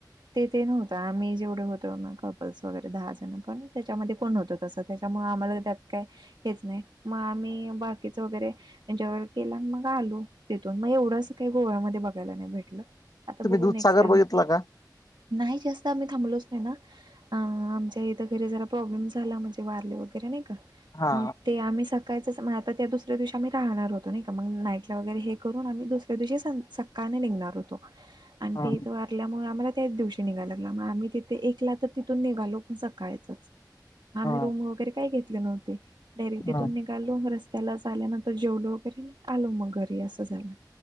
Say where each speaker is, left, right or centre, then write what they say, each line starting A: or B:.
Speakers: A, on the right; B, on the left.
A: तेथे नव्हता आम्ही जेवढे होतो कपल्स वगैरे दहा जण पण त्याच्यामध्ये कोण नव्हत तस त्याच्यामुळे आम्हाला त्यात काय हेच नाही मग आम्ही बाकीच वगैरे एन्जॉय केला मग आलो तिथून मग एवढं असं काही गोव्यामध्ये बघायला नाही भेटलं आता
B: तुम्ही
A: बघू
B: दूधसागर
A: नेक्स्ट टाईम
B: बघितला का?
A: नाही जास्त आम्ही थांबलोच नाही ना अ आमच्या इथं घरी जरा प्रॉब्लेम झाला म्हणजे वारले वगैरे नाही का
B: हा
A: मग ते आम्ही स कायचं आता त्या दुसऱ्या दिवशी आम्ही राहणार होतो नाही का मग नाईटला वगैरे हे करून आम्ही दुसऱ्या दिवशी सं सका काळी निघणार होतो आणि
B: हा
A: ते इथ वार ल्यामुळ आम्हाला त्याच दिवशी निघायला लागला मग आम्ही तिथे एकला तर तिथून निघालो पण सकाळचच आम्ही
B: ह ह
A: रूम वगैरे काही घेतले नव्हते डायरेक्ट तिथून
B: ह
A: निघा लो रस्तलाच आल्यानंतर जेवलो वगैरे आलो मग घरी असं झालं